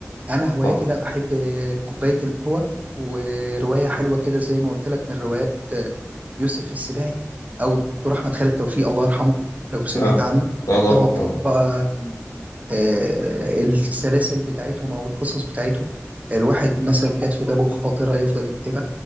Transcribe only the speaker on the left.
آه
آه
اه طبعا
اه
طبعا